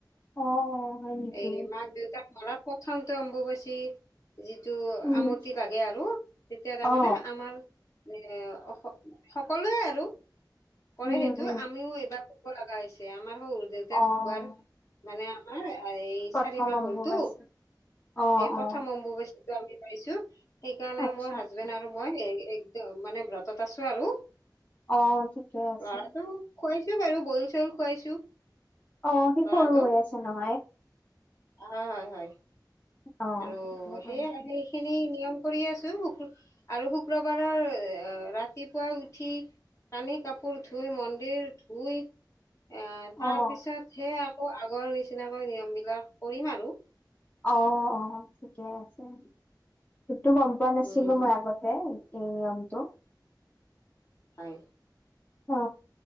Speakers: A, on the left; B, on the left.
A: অ' হয় নেকি
B: এই, মাক-দেউতাক মৰাৰ প্ৰথমটো অম্বুবাচী যিটো
A: উম
B: আমতি লাগে আৰু তেতিয়া তাৰমানে
A: অ',
B: আমাৰ এ অস, সকলোৱে আৰু কৰে
A: উম,
B: সেইটো
A: উম
B: আমিও এইবাৰ কৰিব লাগা হৈছে আমাৰ সৰু দেউতা
A: অ'।
B: ঢুকোৱাৰ মানে আমাৰ এই
A: প্ৰথম
B: চাৰি মাহ
A: অম্বুবাচী
B: হ'লতো।
A: অ',
B: এই প্ৰথম
A: অ',
B: অম্বুবচীটো আমি পাইছো সেইকাৰণে
A: আচ্ছা
B: মোৰ হাজবেণ্ড
A: আচ্ছা
B: আৰু মই এ একদম মানে ব্ৰতত আছো আৰু
A: অ', ঠিকে আছে।
B: ল'ৰাটো খোৱাইছো বাৰু বন - চন খুৱাইছো।
A: অ সি
B: ল'ৰাটোক
A: সৰু হৈ আছে নহয়।
B: অ হয় হয়
A: অ',
B: আৰু
A: ঠিকে
B: সেইয়া
A: কৰিছে।
B: সেই খিনি নিয়ম কৰি আছো, শু আৰু শুক্ৰবাৰৰ আ ৰাতিপুৱা উঠি কানি- কাপোৰ ধুই, মন্দিৰ ধুই এ
A: অ',
B: তাৰ পিছত সেয়া আকৌ আগৰ নিচিনাকৈ নিয়মবিলাক কৰিম আৰু।
A: অ অ ঠিকে আছে সেইটো গম পোৱা নাছিলো
B: উম
A: মই আগতে। এই নিয়মটো।
B: হয়।
A: অ,